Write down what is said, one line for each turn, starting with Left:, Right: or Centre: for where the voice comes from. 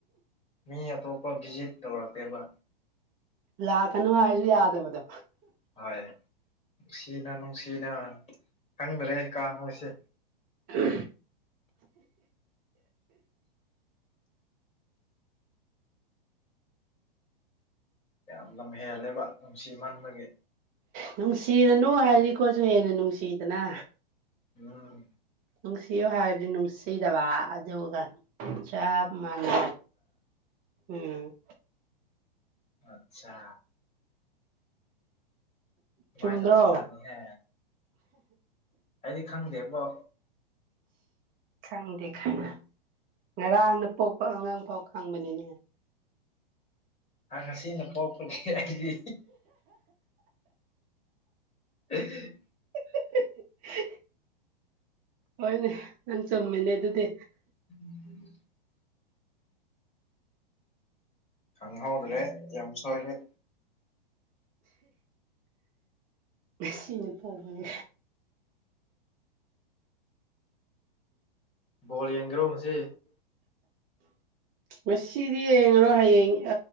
Left: ꯃꯤ ꯑꯇꯣꯞꯄ ꯚꯤꯖꯤꯠ ꯇꯧꯔꯛꯇꯦꯕ
Right: ꯂꯥꯛꯀꯅꯨ ꯍꯥꯏꯔꯁꯨ ꯌꯥꯗꯕꯗꯣ
Left: ꯍꯣꯏ ꯅꯨꯡꯁꯤꯅ ꯅꯨꯡꯁꯤꯅ ꯈꯪꯗ꯭ꯔꯦ ꯀꯥ ꯃꯣꯏꯁꯦ
Right: ꯍ
Left: ꯌꯥꯝ ꯂꯝ ꯍꯦꯜꯂꯦꯕ ꯅꯨꯡꯁꯤꯃꯟꯕꯒꯤ
Right: ꯅꯨꯡꯁꯤꯔꯅꯨ ꯍꯥꯏꯔꯗꯤ ꯈꯣꯠꯁꯨ ꯍꯦꯟꯅ ꯅꯨꯡꯁꯤꯗꯅ
Left: ꯎꯝ
Right: ꯅꯨꯡꯁꯤꯌꯣ ꯍꯥꯏꯔꯗꯤ ꯅꯨꯡꯁꯤꯗꯕ ꯑꯗꯨꯒ ꯆꯞ ꯃꯥꯟꯅꯦ ꯎꯝ
Left: ꯑꯆꯥ ꯑꯗꯨꯃꯥꯏꯅ
Right: ꯆꯨꯝꯗ꯭ꯔꯣ
Left: ꯇꯧꯕꯖꯥꯠꯅꯤꯍꯦ ꯍꯥꯏꯗꯤ ꯈꯪꯗꯦꯕꯣ
Right: ꯈꯪꯗꯦ ꯈꯥꯏꯅ ꯉꯔꯥꯡꯅ ꯄꯣꯛꯄ ꯑꯉꯥꯡ ꯐꯥꯎ ꯈꯪꯕꯅꯤꯅꯦ
Left: ꯍ ꯉꯁꯤꯅ ꯄꯣꯛꯄꯒꯤ ꯍꯥꯏꯗꯤ ꯎꯝ
Right: <unintelligible> ꯍꯣꯏꯅꯦ ꯅꯪ ꯆꯨꯝꯃꯦꯅꯦ ꯑꯗꯨꯗꯤ
Left: ꯎꯝ ꯈꯪꯍꯣꯗꯂꯦ ꯌꯦꯝꯁꯣꯂ
Right: ꯃꯁꯤꯁꯤꯅ ꯐꯥꯎꯕꯅꯦ
Left: ꯕꯣꯜ ꯌꯦꯡꯒꯔꯣ ꯃꯁꯤ <unintelligible>
Right: ꯉꯁꯤꯗꯤ ꯌꯦꯡꯉꯔꯣ ꯍꯌꯦꯡ